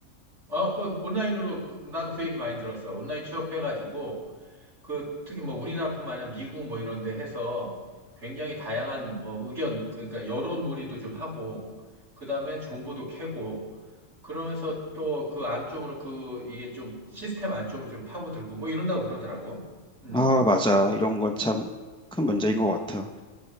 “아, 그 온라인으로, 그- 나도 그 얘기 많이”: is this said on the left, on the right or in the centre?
Right